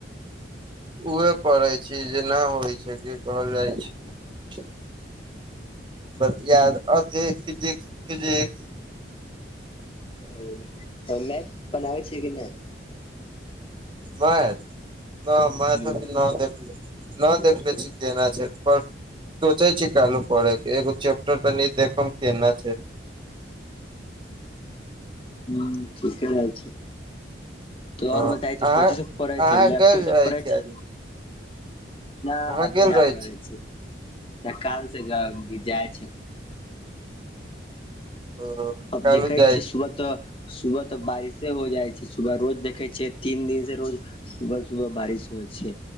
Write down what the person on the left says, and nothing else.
ओ तब मैथ बनाबै छिय कि नय
नहि
हुँ ठीके रहल छै तऽ
आओर बताय छै
कथि सब पढ़ै
छिये लैपटॉप
सँ
पढ़ै छी
ना
अभी
ना
करै छी तऽ काल से जाए छी
अब
देखै
छियै सुबह
तऽ सुबह तऽ बारिसे हो जाइ छै सुबह रोज देखै छियै तीन दिन से रोज सुबह - सुबह बारिश होइ छै